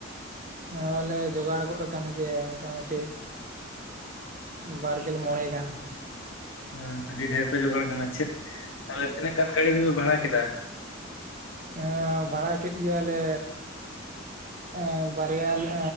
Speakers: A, on the right; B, on the left.
A: ᱦᱚᱸ ᱞᱮ ᱡᱚᱜᱟᱲ ᱜᱚᱱ ᱟᱠᱟᱱ ᱜᱮᱭᱟ ᱢᱚᱴᱟᱢᱩᱴᱤᱼᱼ ᱵᱟᱨᱜᱮᱞ ᱢᱚᱬᱮ ᱜᱟᱱ᱾
B: ᱦᱮᱸ ᱟᱹᱰᱤ ᱰᱷᱮᱨ ᱯᱮ ᱡᱚᱜᱟᱲ ᱠᱟᱱᱟ, ᱪᱮᱫ ᱛᱟᱦᱞᱮ ᱛᱤᱱᱟᱹᱜ ᱜᱟᱱ ᱜᱟᱹᱰᱤ ᱫᱚᱯᱮ ᱵᱷᱟᱲᱟ ᱠᱮᱫᱟ?
A: ᱮᱸ ᱵᱷᱟᱲᱟ ᱠᱮᱜ ᱜᱮᱭᱟᱞᱮ ᱮᱸ ᱵᱟᱨᱭᱟ ᱞᱮ